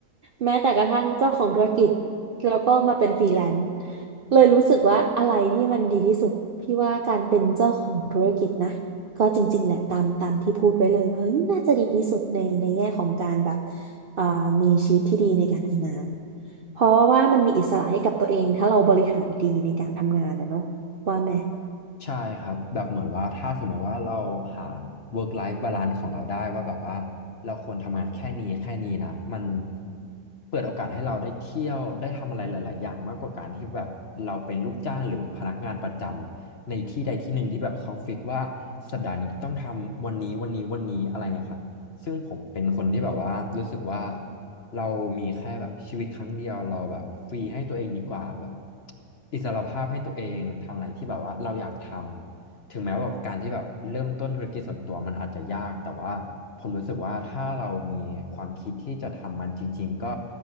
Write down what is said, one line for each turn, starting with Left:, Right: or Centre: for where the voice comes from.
Right: แม้แต่กระทั่งเจ้าของธุรกิจแล้วก็มาเป็นฟรีแลนซ์เลยรู้สึกว่าอะไรที่มันดีที่สุดพี่ว่าการเป็นเจ้าของธุรกิจนะก็จริงๆแหละตามตามที่พูดไว้เลยว่าเฮ้ยน่าจะดีที่สุดในในแง่ของการแบบเอ่อมีชีวิตที่ดีในการทำงาน เพราะว่ามันมีอิสระให้กับตัวเองถ้าเราบริหารดีในการทำงานนะเนาะว่าไหม
Left: ใช่ครับแบบเหมือนว่าถ้าสมมติว่าเราหา work life balance ของเราได้ว่าแบบว่าเราควรทำงานแค่นี้แค่นี้นะมันเปิดโอกาสให้เราได้เที่ยวได้ทำอะไรหลาย ๆ อย่างมากกว่าการที่แบบเราเป็นลูกจ้างหรือพนักงานประจำในที่ใดที่หนึ่งที่แบบเขาฟิกว่าสัปดาห์นี้ต้องทำวันนี้วันนี้วันนี้อะไรเงี้ยครับ ซึ่งผมเป็นคนที่แบบว่ารู้สึกว่าเรามีแค่แบบชีวิตครั้งเดียวเราแบบฟรีให้ตัวเองดีกว่าแบบอิสรภาพให้ตัวเองทำอะไรที่แบบว่าเราอยากทำถึงแม้ว่าแบบการที่แบบเริ่มต้นธุรกิจส่วนตัวมันอาจจะยากแต่ว่าผมรู้สึกว่าถ้าเรามีความคิดที่จะทำมันจริงๆก็